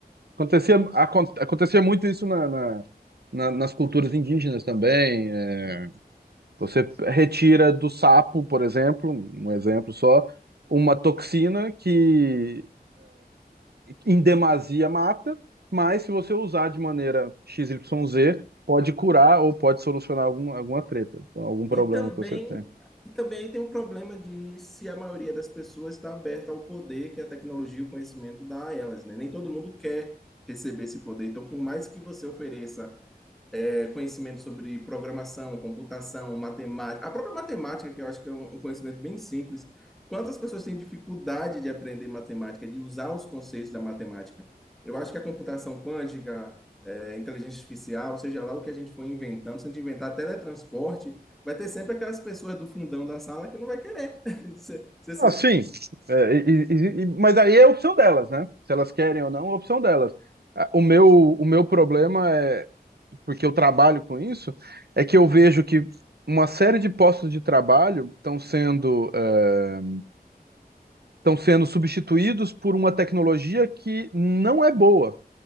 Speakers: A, on the right (about 75°); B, in the centre.
A: acontecia, acon- acontecia muito isso na, na- na- nas culturas indígenas também. é. Você retira do sapo, por exemplo, um exemplo só, uma toxina que em demasia mata, mas se você usar de maneira x y z pode curar ou pode solucionar alguma, alguma treta, então, algum problema
B: E também,
A: que você tem.
B: e também aí tem um problema de se a maioria das pessoas está aberta ao poder que a tecnologia e o conhecimento dá a elas, né? Nem todo mundo quer receber esse poder. Então, por mais que você ofereça é, conhecimento sobre programação, computação, matemática. A própria matemática, que eu acho que é um um conhecimento bem simples. Quantas pessoas têm dificuldade de aprender matemática, de usar os conceitos da matemática? Eu acho que a computação quântica, é, inteligência artificial, seja lá o que a gente for inventando, se a gente inventar teletransporte, vai ter sempre aquelas pessoas do fundão da sala que não vai querer. <laughs> Se, se,
A: Ah,
B: se,
A: sim. É, e- e- e- mas aí é opção delas, né? Se elas querem ou não, é opção delas. Ah, O meu, o meu problema é, porque eu trabalho com isso, é que eu vejo que uma série de postos de trabalho estão sendo é, estão sendo substituídos por uma tecnologia que não é boa.